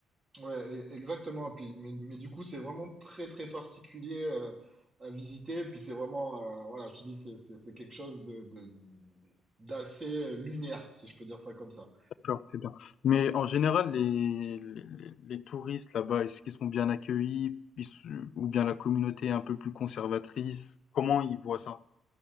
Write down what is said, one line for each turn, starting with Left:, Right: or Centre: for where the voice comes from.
Right: Ouais, et- exactement. Et puis, mais, mais du coup, c'est vraiment très, très particulier euh, à visiter. Et puis, c'est vraiment, euh, voilà, je te dis, c'est c'est- c'est quelque chose de, de- d'assez euh, lunaire, si je peux dire ça comme ça.
Left: D'accord, c'est bien. Mais en général, les les les les touristes là-bas, est-ce qu'ils sont bien accueillis? Ils se ou bien la communauté est un peu plus conservatrice? Comment ils voient ça?